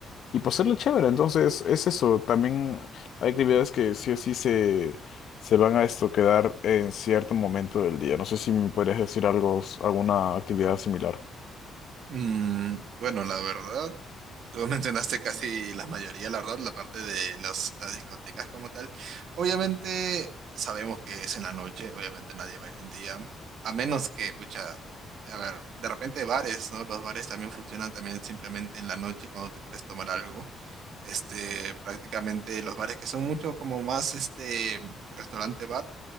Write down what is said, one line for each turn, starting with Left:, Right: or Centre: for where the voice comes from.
Left: y pasarlo chévere. Entonces, es eso. También hay actividades que sí o sí se, se van a esto quedar en cierto momento del día. No sé si me podrías decir algo, alguna actividad similar.
Right: Mm, bueno, la verdad, tú mencionaste casi la mayoría, la verdad, la parte de las, las discotecas como tal. Obviamente sabemos que es en la noche, obviamente nadie va a ir en día, a menos que, pucha, a ver, de repente bares, ¿no? Los bares también funcionan también simplemente en la noche cuando tú quieres tomar algo. Este, prácticamente los bares que son mucho como más, este, restaurante bar.